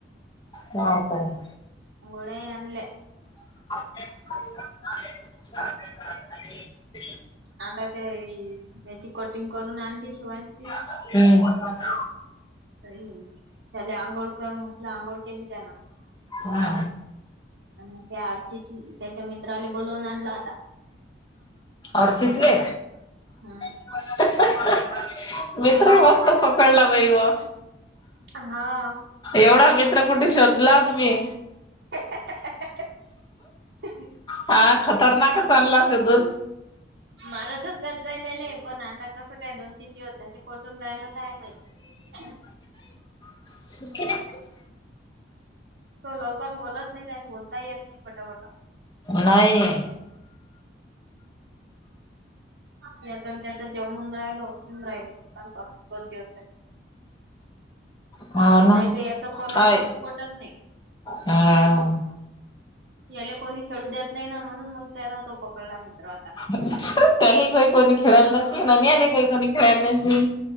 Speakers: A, on the left; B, on the right.
A: वापास.
B: गोड्या ही आणले.
A: <inaudible>
B: आता त्या याची कटिंग करून आणली शिवायची.
A: हम्म.
B: त्याला आंघोळ कर म्हंटलं आंघोळ केली त्याना.
A: हा.
B: आणि त्या आज त्याच्या मित्राले बोलवून आणला आता.
A: ऑर्चिटले
B: ह्..
A: ह्ह... मित्र मस्त पकडला बाई व
B: हा
A: एवढा मित्र कुठ शोधला तुम्ही?
B: ह्ह्हह्ह.... ह्ह
A: हा.. खतरनाकच आणला शोधून.
B: मारतच जात जाय त्याले हे पण आता काय.. दोन- तीन दिवस झाले पटून रायला काय माहित.
A: <unintelligible>
B: तो लवकर बोलत नाही आणि बोलताही येत नाही पटा.. पटा
A: नाही
B: या त्याचा जमून राहायल <unintelligible> राहिले ते कालपसून, दोन दिवस झाले.
A: हो ना
B: नाहीत याच कोणा
A: हाय
B: सोबत पटत नाही.
A: हम्म
B: याले कोणी खेळू देत नाही ना म्हणून मग त्याना तो पकडला मित्राला.
A: ह्.. त्याले कोणी खेळाल नसेल आणि ह्याले कोणी खेळायला नसी